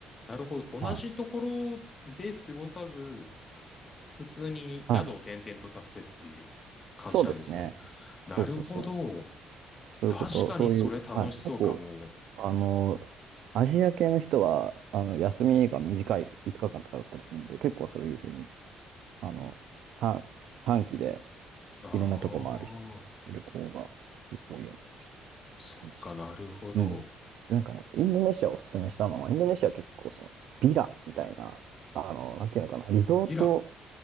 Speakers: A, on the left; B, on the right.
A: なるほど。同じところで過ごさず、
B: はい。
A: 普通に宿を転々とさせてっていう感じなんですね。
B: はい。そうですね。
A: なるほど。
B: そうそうそう。そういうこと、
A: 確かにそれ楽しそうかも。
B: そういう、はい、結構、あの、アジア系の人は、あの、休みが短い5日間とかだったりするんで、結構そういうふうに、あの、短、短期で
A: ああ、
B: いろんなとこ回る人旅行が多いような気がし
A: そっかなるほど。
B: します。うん。なんかね、インドネシアをおすすめしたのは、インドネシアは結構その、ビラみたいな、あの、なんていうのかな、リゾート、
A: ビラ。